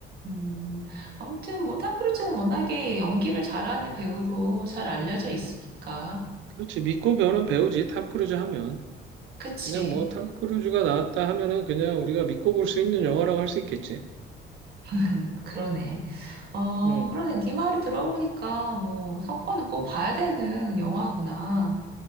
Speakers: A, on the right; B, on the right.
A: 음, 아무튼 뭐 톰 크루즈는 워낙에 연기를 잘하는 배우로 잘 알려져 있으니까.
B: 그렇지. 믿고 배우는 배우지. 탐 크루즈 하면.
A: 그치.
B: 그냥 뭐 탐 크루즈가 나왔다 하면은 그냥 우리가 믿고 볼 수 있는 영화라고 할 수 있겠지.
A: 음, 그러네. 어,
B: 응,
A: 그러네. 네 말을 들어보니까 뭐 사건을 꼭 봐야 되는 영화구나.